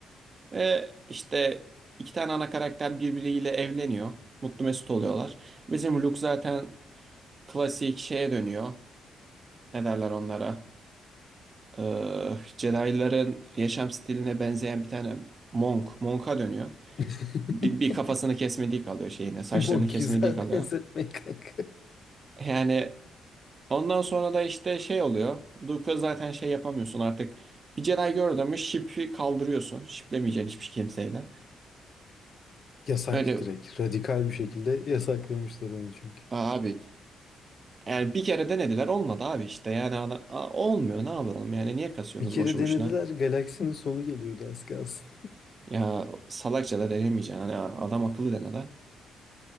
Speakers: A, on the right; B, on the left.
A: Ve işte iki tane ana karakter birbiriyle evleniyor. Mutlu mesut oluyorlar. Bizim Luke zaten klasik şeye dönüyor. Ne derler onlara? Ee, Jedi'ların yaşam stiline benzeyen bir tane monk. Monk'a dönüyor.
B: <laughs>
A: Bir, bir kafasını kesmediği kalıyor şeyine. Saçlarını
B: O güzel
A: kesmediği kalıyor.
B: benzetme kanka.
A: Yani ondan sonra da işte şey oluyor. Luke'a zaten şey yapamıyorsun artık. Bir Jedi gördün mü ship'i kaldırıyorsun. Ship'lemeyeceksin hiçbir kimseyle.
B: Yasak
A: Öyle
B: direkt. Radikal bir şekilde yasaklamışlar onu çünkü.
A: abi Yani bir kere denediler olmadı abi işte yani ana- a- olmuyor ne yapalım yani niye kasıyorsunuz
B: Bir kere
A: boşu
B: denediler,
A: boşuna?
B: galaksinin sonu geliyordu az kalsın.
A: Ya salakça da denemeyeceksin hani a- adam akıllı dene de.